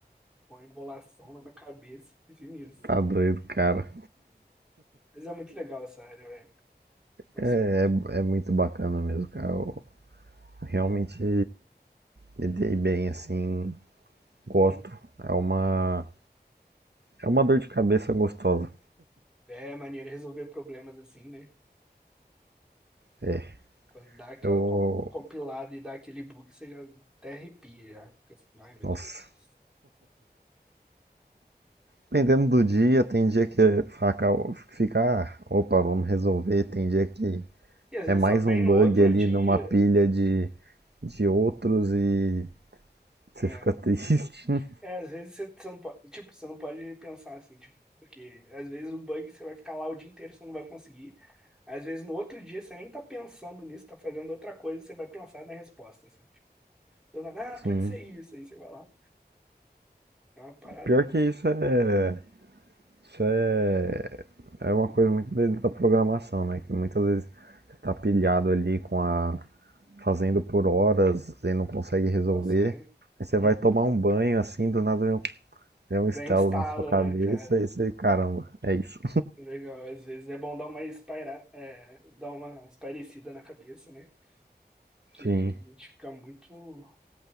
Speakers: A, in the centre; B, on the right.
A: com a embolação na minha cabeça, fiz nisso.
B: Tá doido, cara.
A: Mas é muito legal essa área, velho. Assim,
B: É, é, é muito bacana mesmo, cara. Eu realmente me dei bem, assim. Gosto.
A: hum,
B: É uma, é uma dor de cabeça gostosa.
A: é maneira de resolver problemas assim, né?
B: É.
A: Quando dá aquela
B: Eu.
A: com- compilada e dá aquele bug, você já até arrepia, já. Fica assim, ai meu
B: Nossa.
A: Deus.
B: Dependendo do dia, tem dia que é faca fica, ah, opa, vamos resolver. Tem dia que
A: E às vezes
B: é mais
A: só vem
B: um
A: no
B: bug
A: outro
B: ali
A: dia.
B: numa pilha de, de outros e
A: né?
B: você fica triste. <laughs>
A: É, às vezes você, você não pode, tipo, você não pode pensar assim, tipo, porque às vezes o bug você vai ficar lá o dia inteiro, você não vai conseguir. Às vezes no outro dia você nem tá pensando nisso, tá fazendo outra coisa, você vai pensar na resposta, assim. Tipo, do nada, ah,
B: Sim.
A: pode ser isso, aí você vai lá. É uma parada
B: Pior
A: muito,
B: que isso é. Isso é. É uma coisa muito da da programação, né? Que muitas vezes você tá pilhado ali com a. fazendo por horas e não consegue
A: não
B: resolver.
A: consegue.
B: Aí você
A: Uhum.
B: vai tomar um banho assim, do nada vem um- vem um
A: Bem
B: estalo
A: um estalo,
B: na sua cabeça
A: né, cara?
B: e você, caramba, é isso.
A: Legal, às vezes é bom dar uma espaira, é, dar uma espairecida na cabeça, né? Que
B: Sim,
A: a gente fica muito,